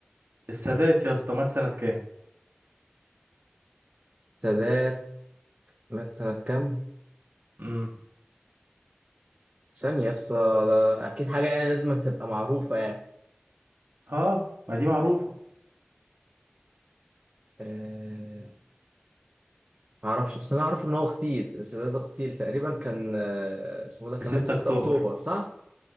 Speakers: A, on the right; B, on the right.
A: السادات يا اسطى مات سنة كام؟
B: السادات مات سنة كام؟
A: امم
B: ثانية يس أكيد حاجة يعني لازم تبقى معروفة يعني
A: اه ما دي معروفة
B: أه... معرفش بس أنا أعرف إن هو اغتيل السادات اغتيل تقريبا كان آه، اسمه ده
A: في
B: كان
A: 6
B: مات في
A: أكتوبر
B: 6 أكتوبر صح؟